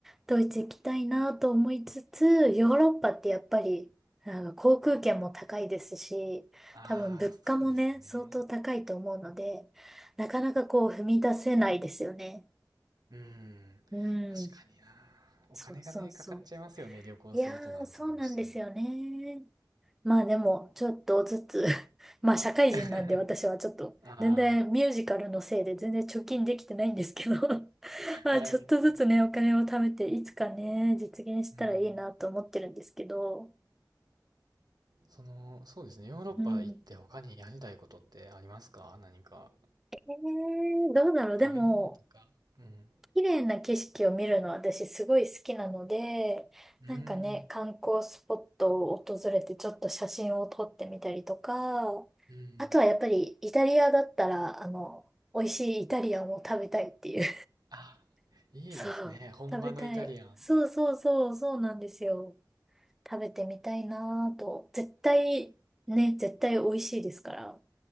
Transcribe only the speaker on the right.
ああ、
そうですよね。
うん。
確かにな。お金がね、
かかっちゃいますよね。旅行するとなるとどうしても。
<laughs> あ
あ、はい。
うん。その、そうですね。ヨーロッパ行って他にやりたいことってありますか何か。
食べ物とか。うん。
うーん。
うん。
あ、
いいですね。
本場のイタリアン。